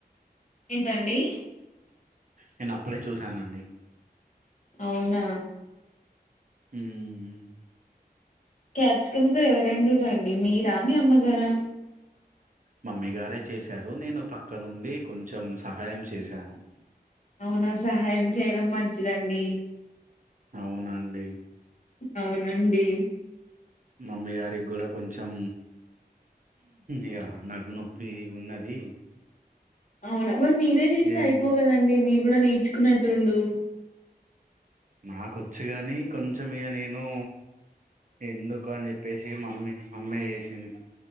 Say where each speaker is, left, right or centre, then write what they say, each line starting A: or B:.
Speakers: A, on the left (about 45°); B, on the right (about 50°).
A: ఏంటండి
B: నేను అప్పుడే చూసానండి
A: అవునా
B: ఉమ్
A: క్యాప్సికమ్ కూరా ఎవర్ వండిండ్రండి మీరా మీ అమ్మగారా
B: ముమ్ముగారే చేశారు నేను పక్కనుండి కొంచెం సహాయం చేశాను
A: అవునా సహాయం చేయడం మంచిదండి
B: అవునండి
A: అవునండి
B: మమ్మీ గారికి గూడా కొంచెం ఇక నడుము నొప్పి ఉన్నది
A: అవునా మరి మీరే చేస్తే
B: ఇక
A: అయిపోవు కదండి మీరు కూడా నేర్చుకున్నట్టు ఉండు
B: నొక్వోచు గానీ కొంచెం ఇక నేను ఎందుకు అని చెప్పేసి మమ్మీ మమ్మీ చేసింది